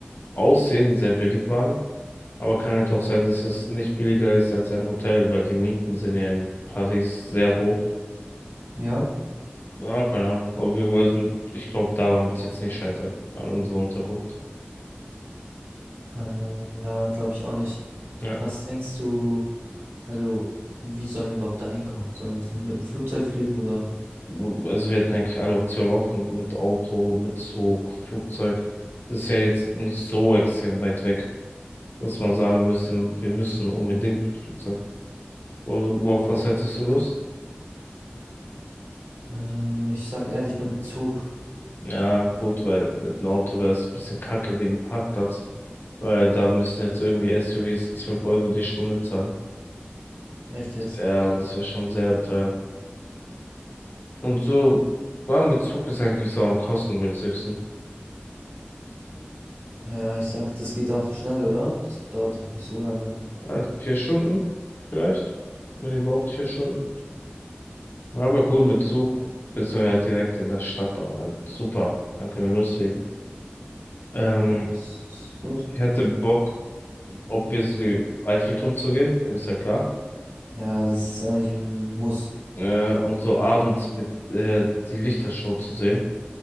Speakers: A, on the left; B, on the right.
A: Aussehen sehr billig waren. Aber kann halt auch sein, dass es nicht billiger ist als ein Hotel, weil die Mieten sind ja in Paris sehr hoch.
B: Ja?
A: Ja, keine Ahnung. Aber wir- Also ich glaube, daran wird es jetzt nicht scheitern, an unserer Unterkunft.
B: Ähm, ja, glaube ich auch nicht.
A: Ja.
B: Was denkst du, also wie sollen wir überhaupt da hinkommen? Sollen wir mit dem Flugzeug fliegen oder?
A: Also wir hätten eigentlich alle Optionen offen mit Auto, mit Zug, Flugzeug. Das ist ja jetzt nicht so extrem weit weg, dass man sagen müsste, wir müssen unbedingt mit Flugzeug. Wo- Worauf was hättest du Lust?
B: Ähm, ich sag ehrlich, mit dem Zug.
A: Ja, gut, weil mit einem Auto wäre es ein bisschen kacke wegen Parkplatz, weil da müssen jetzt irgendwie SUVs 12 Euro die Stunde zahlen.
B: Echt jetzt?
A: Ja, und das wäre schon sehr teuer. Und so, war mit Zug ist eigentlich so am kostengünstigsten.
B: Ja, ich sag, das geht auch schnell, oder? Das dauert doch nicht so lange.
A: Ah, Vier Stunden vielleicht, wenn überhaupt vier Stunden. Ja, Aber cool, mit Zug bist du halt direkt in der Stadt da und dann super, dann können wir loslegen. Ähm,
B: Ja, das ist gut.
A: ich hätte Bock, obviously Eiffelturm zu gehen, ist ja klar.
B: Ja, das ist eigentlich ein Muss.
A: Äh, und so abends mit äh, die Lichtershow zu sehen.